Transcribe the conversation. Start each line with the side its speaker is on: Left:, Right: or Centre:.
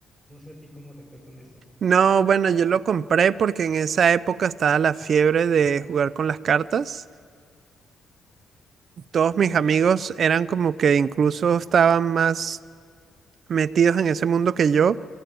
Centre: No sé a ti cómo te fue con eso.
Right: No, bueno, yo lo compré porque en esa época estaba la fiebre de jugar con las cartas. Todos mis amigos eran como que incluso estaban más metidos en ese mundo que yo.